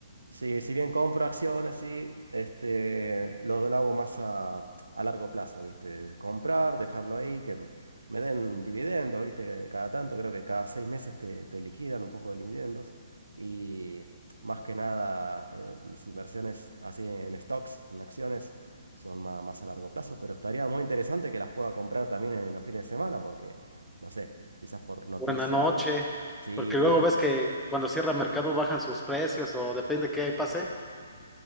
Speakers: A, on the right; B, in the centre.
A: Sí, si bien compro acciones, sí, este, lo, lo hago más a, a largo plazo, ¿viste? Comprar, dejarlo ahí, que m- me den dividendos, ¿viste? Que Cada tanto, creo que cada seis meses te, te liquidan un poco de dividendos. Y más que nada, eh, mis inversiones así en stocks, en acciones, son más, más a largo plazo, pero estaría muy interesante que las pueda comprar también en los fines de semana, porque, no sé, quizás por noticia,
B: o en la noche,
A: sí,
B: porque
A: pueda.
B: luego ves que cuando cierra mercado bajan sus precios o depende qué pase.